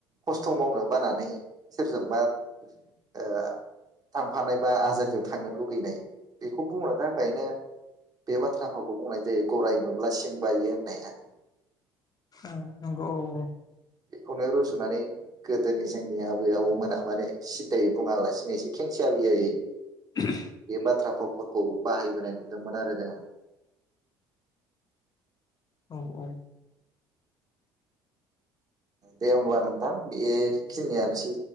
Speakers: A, on the right (about 35°); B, on the left (about 35°).
A: खस्थ' मावनो बानानै सोरजोंबा ओ थांफानाय बा आजादियाव थांनो लुगैनाय बेखौ बुंनो थाखायनो। बे बाथ्रा फावखौ बुंनाय जायो गराय नुब्ला सिं बायो होननाया।
B: औ नंगौ औ औ।
A: बेखौनो रुजुनानै गोदोनि जोंनि आबै आबौमोना माने सिदायै बुङालासिनो एसे खेंसालियायैओ
B: <unintelligible>
A: बे बाथ्रा फावफोरखौ बाहायबोनाय नुदोंमोन आरो जोङोओ।
B: औ औ।
A: दे होमब्ला नोंथां बेखिनियानोसै